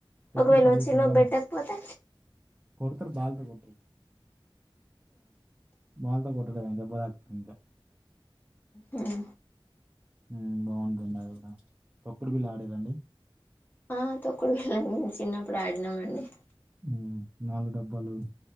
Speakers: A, on the right; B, on the left.
A: పెట్టి
B: ఒకవేళ
A: పల్లి
B: వచ్చి
A: పల్లి
B: లో
A: అని
B: పెట్టకపోతే
A: కొడతారు బాలుతో కొడతారు బాల్ తో కొట్టలేదండి దెబ్బ తకి ఇంకా
B: ఉహ్ హు
A: ఉహ్మ్ బాగుంటండి అది కూడా. తొక్కుడు బిల్లా ఆడిరండి
B: ఆహ్ తొక్కుడు బిల్లా చిన్నప్పుడు ఆడినామండి.
A: ఉహ్మ్ నాలుగు డబ్బాలు.